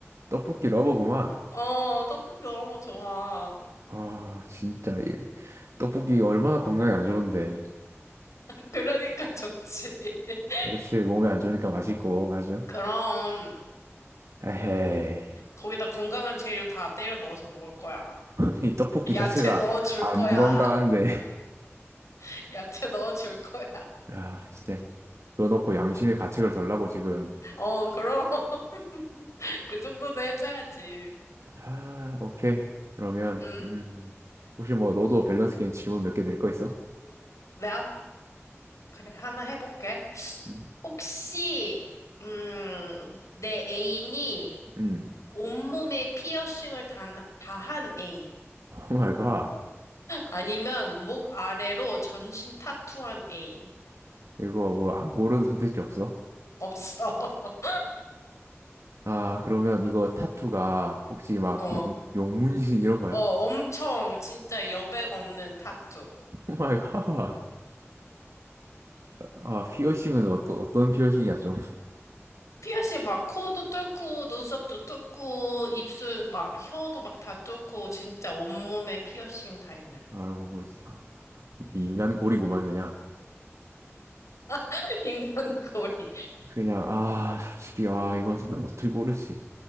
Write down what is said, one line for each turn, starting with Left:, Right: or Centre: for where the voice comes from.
Right: 떡볶이 러버구만.
Left: 어, 떡볶이 너무 좋아.
Right: 아 진짜 이 떡볶이 얼마나 건강에 안 좋은데.
Left: 그러니까 좋지. <laughs>
Right: 그렇지 몸에 안 좋으니까 맛있고 아주.
Left: 그럼
Right: 에헤이
Left: 거기다 건강한 재료 다 때려 넣어서 먹을 거야.
Right: <laughs> 이 떡볶이
Left: 야채
Right: 자체가
Left: 넣어줄
Right: 안
Left: 거야.
Right: 건강한데.
Left: <laughs> 야채 넣어줄 거야.
Right: <laughs> 아 진짜 그거 넣고 양심의 가책을 덜라고 지금.
Left: 어, 그럼 <laughs> 그 정도는 해줘야지.
Right: 아, 오케이. 그러면,
Left: 음,
Right: 음, 혹시 뭐, 너도 밸런스 게임 질문 몇 개 낼 거 있어?
Left: 내가 그래 하나 해볼게.
Right: 음,
Left: 혹시 음, 내 애인이
Right: 음.
Left: 온몸에 피어싱을 단, 다한 애인
Right: 오 마이 갓.
Left: 아니면 목 아래로 전신 타투한 애인
Right: 이거 뭐, 안 고른 선택지 없어?
Left: 없어. <laughs>
Right: 아, 그러면 이거 타투가 혹시 막
Left: 어.
Right: 용, 용문신 이런 거야?
Left: 어, 엄청 진짜 여백 없는 타투.
Right: 오 마이 갓. 아, 피어싱은 어떤 어떤 피어싱이야, 좀.
Left: 피어싱 막 코도 뚫고 눈썹도 뚫고 입술 막 혀도 막 다 뚫고 진짜 온몸에 피어싱 다 있는
Right: 아이고, 뭐지. 이 인간 고리구만, 그냥.
Left: <laughs> 인간고리.
Right: 그냥, 아, 솔직히, 아, 이건 어떻게 고르지?